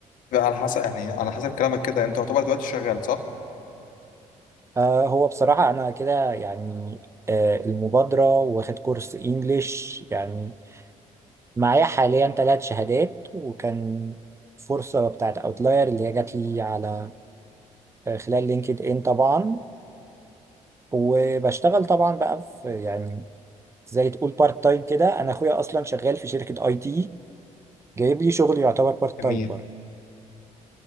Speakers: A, on the left (about 80°); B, on the right (about 20°).
A: بقى على حسب يعني على حسب كلامك كده يعني انت يعتبر دلوقتي شغال صح؟
B: آه هو بصراحة انا كده يعني آه، المبادرة واخد كورس انجليش يعني معايا حاليا ثلاث شهادات وكان فرصة بتاعت اوتلاير اللي هي جات لي على خلال لينكد ان طبعا وبشتغل طبعا بقى في يعني زي تقول بارت تايم كده انا اخويا اصلا شغال في شركة اي تي جايب لي شغل يعتبر بارت
A: جميل
B: تايم برضه